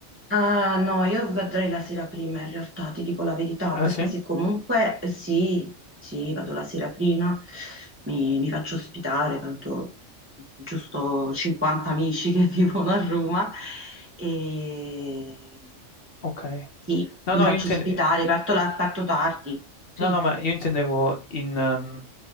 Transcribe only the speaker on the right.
Ah, no, io vedrei la sera prima in realtà, ti dico la verità,
perché
se comunque eh, sì, sì, vado la sera prima, mi, mi faccio ospitare, tanto giusto 50 amici che <laughs> vivono a Roma, e
sì,
mi
faccio
ospitare, parto, la- parto tardi, sì.